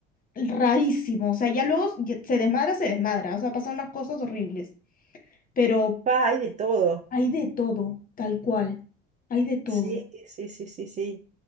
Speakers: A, on the left; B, on the right.
A: rarísimo, o sea, ya luego ya- se desmadra, se desmadra, o sea, pasan unas cosas horribles, pero
B: Pa, hay de todo.
A: hay de todo, tal cual, hay de todo.
B: Sí, sí, sí, sí, sí.